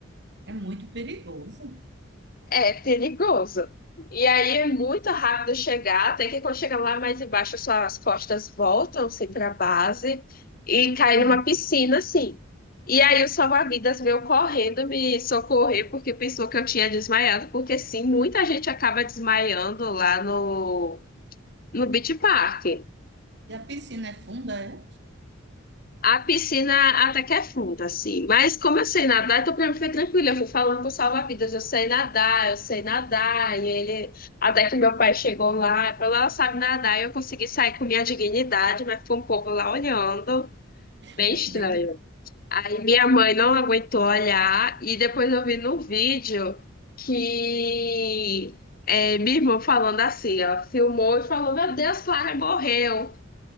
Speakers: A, on the right (about 55°); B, on the left (about 45°).
A: é muito perigoso.
B: É perigoso. E aí é muito rápido chegar, até que quando chega lá mais embaixo, suas costas voltam assim para a base e cai
A: Hum.
B: numa piscina assim. E aí o salva-vidas veio correndo me socorrer porque pensou que eu tinha desmaiado, porque sim, muita gente acaba desmaiando lá no no Beach Park.
A: E a piscina é funda, é?
B: A piscina até que é funda, assim. Mas como eu sei nadar, então pra mim foi tranquilo. Eu fui falando pro salva-vidas, eu sei nadar, eu sei nadar. E ele, até que meu pai chegou lá, falou, ela sabe nadar. E eu consegui sair com minha dignidade, mas ficou um povo lá olhando. Bem
A: Meu
B: estranho.
A: Deus,
B: Aí minha mãe não aguentou olhar. E depois eu vi no vídeo que é, minha irmã falando assim, ó. Filmou e falou, meu Deus, Clara morreu.